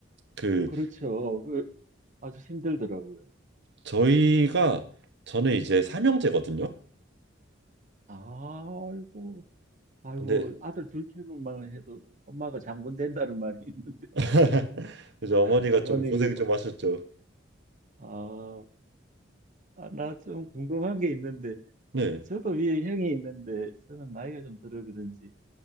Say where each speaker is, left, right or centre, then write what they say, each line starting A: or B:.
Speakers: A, on the right; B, on the right.
A: 그
B: 예. 그렇죠. 그, 아주 힘들더라고요.
A: 저희가 저는 이제 삼형제거든요.
B: 아이고, 아이고,
A: 근데
B: 아들 둘 키우는만 해도 엄마가 장군 된다는 말이 있는데,
A: <laughs> 이제 어머니가
B: <laughs> 어머님이
A: 좀 고생
B: 고생하시
A: 좀 하셨죠.
B: 아, 아, 나 좀 궁금한 게 있는데,
A: 네,
B: 저도 위에 형이 있는데 저는 나이가 좀 들어 그런지